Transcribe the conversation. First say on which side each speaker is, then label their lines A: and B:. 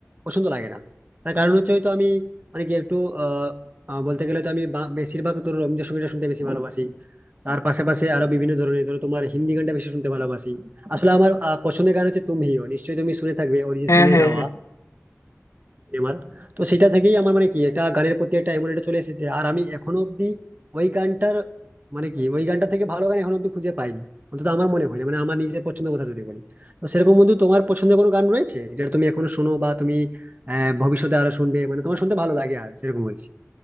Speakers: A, on the right (about 35°); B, on the left (about 80°).
A: পছন্দ লাগে না তার কারণ হচ্ছে হয়তো আমি মানে কি একটু আহ আহ, বলতে গেলে তো আমি বা- বেশিরভাগ তো রবীন্দ্রসঙ্গীতটা শুনতে বেশি ভালোবাসি তার পাশাপাশি আরো বিভিন্ন ধরনের ধরো তোমার হিন্দি গানটা বেশি শুনতে ভালোবাসি আসলে আমার আহ, পছন্দের গান হচ্ছে তুমি হিও নিশ্চয়ই তুমি শুনে থাকবে অরিজিৎ
B: হ্যাঁ
A: সিং এর
B: হ্যাঁ
A: গাওয়া
B: হ্যাঁ
A: আমার তো সেটা থেকেই আমার মানে কি একটা গানের প্রতি একটা এমন একটা চলে এসেছে আর আমি এখনো অব্দি ওই গানটার মানে কি ওই গানটা থেকে ভালো গান এখনো অব্দি খুঁজে পাইনি অন্তত আমার মনে হয় না মানে আমার নিজের পছন্দের কথা যদি বলি তো সেরকম বন্ধু তোমার পছন্দের কোনো গান রয়েছে যেটা তুমি এখনো শোনো বা তুমি আহ ভবিষ্যতে আরো শুনবে মানে তোমার শুনতে ভালো লাগে আর সেরকম বলছি